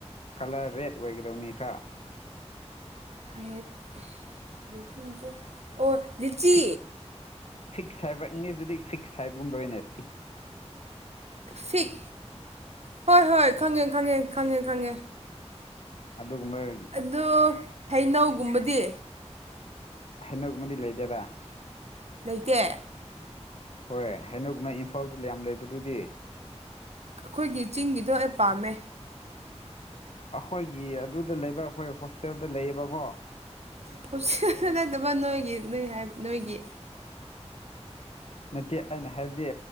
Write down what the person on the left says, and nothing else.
ꯀꯂꯔ ꯔꯦꯠ ꯑꯣꯏꯒꯗꯕꯅꯤ ꯈꯔ
ꯐꯤꯛ ꯐꯤꯛꯁ ꯍꯥꯏꯕ꯭ꯔꯥ ꯏꯪꯂꯤꯁꯇꯗꯤ ꯐꯤꯛꯁ ꯍꯥꯏꯕꯒꯨꯝꯗꯣꯏꯅꯦ ꯐꯤꯛꯁ
ꯑꯗꯨꯒꯨꯝꯕꯩ
ꯍꯗꯣꯛꯃꯗꯤ ꯂꯩꯗꯦꯔꯥ
ꯍꯣꯏ ꯍꯗꯣꯛ ꯅꯪ ꯏꯝꯐꯥꯜꯗ ꯌꯥꯝ ꯂꯩꯕꯗꯨꯗꯤ
ꯑꯩꯈꯣꯏꯒꯤ ꯑꯗꯨꯗ ꯂꯩꯕ ꯑꯩꯈꯣꯏ ꯍꯣꯁꯇꯦꯜꯗ ꯂꯩꯌꯦꯕꯀꯣ
ꯅꯠꯇꯦ ꯑꯩꯅ ꯍꯥꯏꯕꯗꯤ